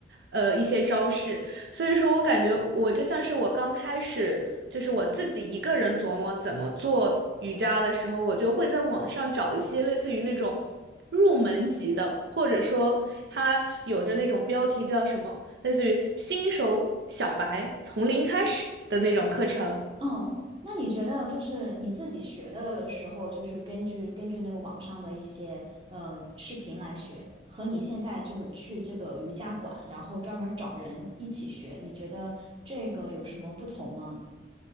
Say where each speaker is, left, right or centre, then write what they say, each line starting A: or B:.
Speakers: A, on the right; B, on the right.
A: 呃，一些招式。所以说我感觉我就像是我刚开始，就是我自己一个人琢磨怎么做瑜伽的时候，我就会在网上找一些类似于那种入门级的，或者说它有着那种标题叫什么，类似于新手小白从零开始的那种课程。
B: 哦，那你觉得就是你自己学的时候，就是根据根据那个网上的一些呃视频来学，和你现在就是去这个瑜伽馆，然后专门找人一起学，你觉得这个有什么不同吗？